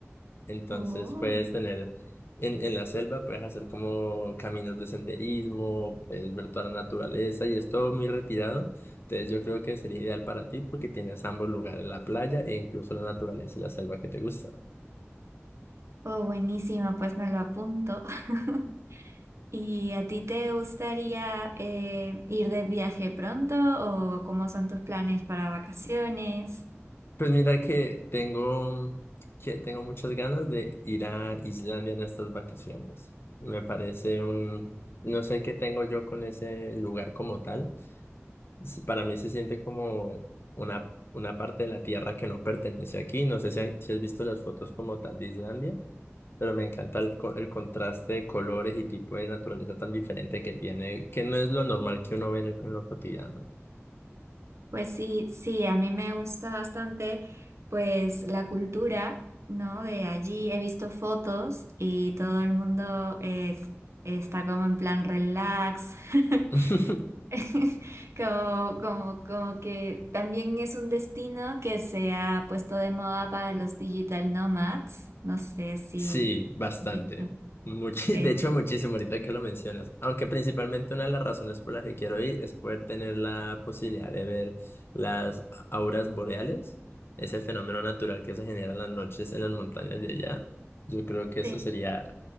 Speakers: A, on the left; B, on the right.
A: Entonces
B: Oh.
A: puedes tener en, en la selva, puedes hacer como caminos de senderismo, puedes ver toda la naturaleza y es todo muy retirado. Entonces yo creo que sería ideal para ti porque tienes ambos lugares, la playa e incluso la naturaleza y la selva que te gusta.
B: Oh, buenísima, pues me lo apunto. <laughs> ¿Y a ti te gustaría eh, ir de viaje pronto o cómo son tus planes para vacaciones?
A: Pues mira que tengo, que tengo muchas ganas de ir a Islandia en estas vacaciones. Me parece un, no sé qué tengo yo con ese lugar como tal se- Para mí se siente como una, una parte de la tierra que no pertenece aquí. No sé si, han- si has visto las fotos como tal de Islandia, pero me encanta el, co- el contraste de colores y tipo de naturaleza tan diferente que tiene, que no es lo normal que uno ve en, el- en lo cotidiano.
B: Pues sí, sí, a mí me gusta bastante pues la cultura, ¿no? De allí he visto fotos y todo el mundo es- está como en plan relax. <laughs>
A: <laughs>
B: <laughs> Como, como, como que también es un destino que se ha puesto de moda para los digital nomads. No sé si
A: Sí, bastante.
B: has visto.
A: Muchi-
B: Sí.
A: <laughs> de hecho, muchísimo ahorita que lo mencionas. Aunque principalmente una de las razones por las que quiero ir es poder tener la posibilidad de ver las auras boreales, ese fenómeno natural que se genera en las noches en las montañas de allá. Yo creo que eso
B: Sí.
A: sería